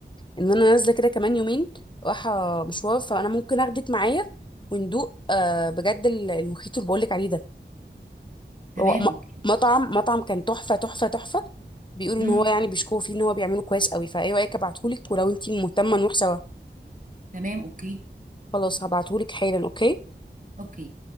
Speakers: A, on the left (about 25°); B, on the right (about 45°).
A: ان انا نازله كده كمان يومين رايحه مشوار فانا ممكن اخدك معايا وندوق آه، بجد المخيط اللي بقول لك عليه ده
B: تمام
A: هو م-
B: اوكي
A: مطعم مطعم كان تحفة تحفة تحفة بيقولوا
B: امم
A: ان هو يعني بيشكوا فيه ان هو بيعمله كويس قوي فايه رأيك ابعتهولك ولو انتي مهتمة نروح سوا
B: تمام اوكي
A: خلاص هبعتهولك حالا اوكي
B: اوكي